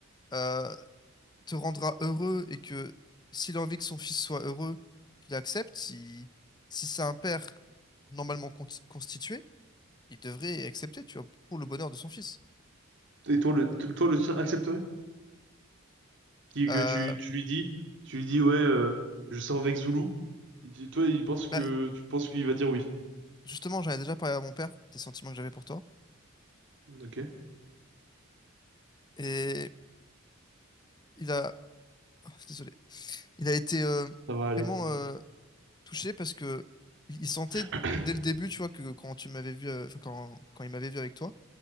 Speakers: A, on the left; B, on the right.
A: euh, te rendra heureux et que s'il a envie que son fils soit heureux, qu'il accepte, si, si c'est un père normalement con- constitué, il devrait accepter, tu vois, pour le bonheur de son fils.
B: Et toi, le, t- toi, le tien accepterait? Qui,
A: Euh,
B: que tu, tu lui dis, tu lui dis, ouais, euh, je sors avec Zulu. Il dit- Toi, il pense que,
A: bah,
B: tu penses qu'il va dire oui.
A: justement, j'en ai déjà parlé à mon père des sentiments que j'avais pour toi.
B: Ok,
A: Et il a, oh, désolé, il a été euh,
B: ça va aller.
A: vraiment euh, touché parce que il il sentait
B: <clears throat>
A: dès le début, tu vois, que quand tu m'avais vu, euh, enfin, quand, quand il m'avait vu avec toi,